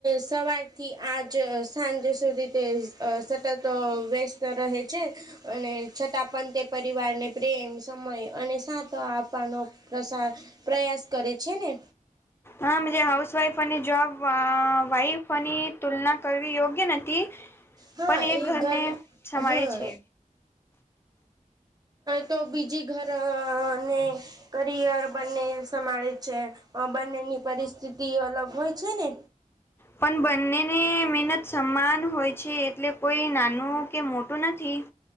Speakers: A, on the right (about 30°); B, on the left (about 15°).
A: સવારથી આજ સાંજે સુધી તે સતત વ્યસ્ત રહે છે, અને છતાં પણ તે પરિવારને પ્રેમ, સમય અને સાથ આપવાનો પ્રસા પ્રયાસ કરે છે ને.
B: હા, મન્જે હાઉસ વાઈફ અને જોબ વાઈફ. આપની તુલના કરવી યોગ્ય નથી.
A: હા,
B: પણ એ
A: એક
B: ઘરને
A: ઘર,
B: સંભાળે
A: હમ,
B: છે.
A: તો બીજી. ઘરાને. <unintelligible> કરિયર બંને સભાળે છે, બંનેની પરિસ્થિતિ અલગ હોય છે ને.
B: પણ બંનેને મહેનત સમાન હોય છે, એટલે કોઈ નાનું કે મોટું નથી.